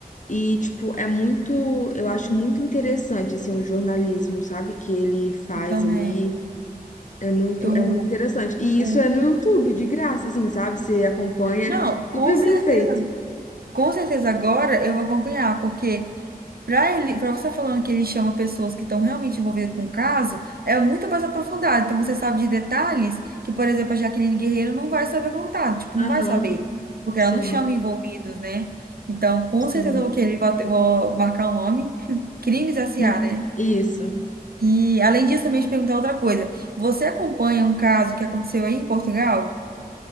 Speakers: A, on the left (about 50°); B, on the right (about 75°).
A: E, tipo, é muito. Eu acho muito interessante, assim, o jornalismo, sabe? Que ele faz
B: Eu também.
A: ali. É muito,
B: Eu,
A: é muito interessante. E
B: o
A: isso é no YouTube, de graça, assim, sabe? Você acompanha.
B: Não, com
A: Super
B: certeza,
A: bem feito.
B: com certeza agora eu vou acompanhar, porque para ele, para você estar falando que ele chama pessoas que estão realmente envolvidas com o caso, é muito mais aprofundado. Então você sabe de detalhes que, por exemplo, a Jaqueline Guerreiro não vai saber contar, tipo, não
A: Aham,
B: vai saber, porque
A: sim,
B: ela não chama envolvidos, né? Então, com
A: sim.
B: certeza eu vou querer, vou, vou marcar o nome, <laughs> Crimes S.A.,
A: Hum,
B: né?
A: Isso.
B: E além disso, também te perguntar outra coisa. Você acompanha um caso que aconteceu aí em Portugal?